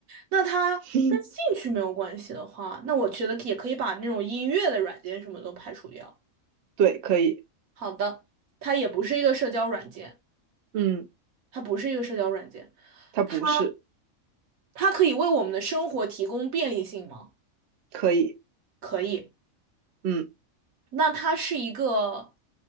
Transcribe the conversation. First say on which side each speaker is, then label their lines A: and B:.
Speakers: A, on the right (about 80°); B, on the right (about 60°).
A: 那它跟兴趣没有关系的话，
B: <laughs>
A: 那我觉得也可以把那种音乐的软件什么都排除掉。
B: 对，可以，
A: 好的，它也不是一个社交软件，
B: 嗯，
A: 它不是一个社交软件，
B: 他不是，
A: 它它可以为我们的生活提供便利性吗？
B: 可以，
A: 可以。
B: 嗯。
A: 那它是一个，